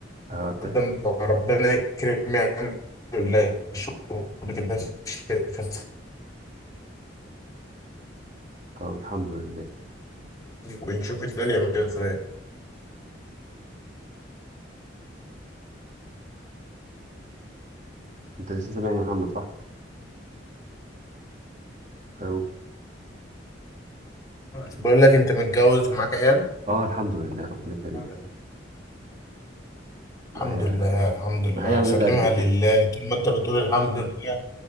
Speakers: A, on the right (about 40°); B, on the left (about 20°).
A: آه ت-
B: قدم ربنا يكرم يعني ولا شغل كده في الشركة
A: طب الحمد لله
B: ونشوف الدنيا عاملة ازاي
A: انت لسه سامعني يا محمد صح الو
B: بقول لك انت متجوز ومعاك عيال
A: اه الحمد لله ربنا كريم
B: الحمد
A: معايا
B: لله الحمد لله
A: معايا اولاد
B: سلمها
A: قدك
B: لله
A: كده
B: طول ما انت بتقول الحمد لله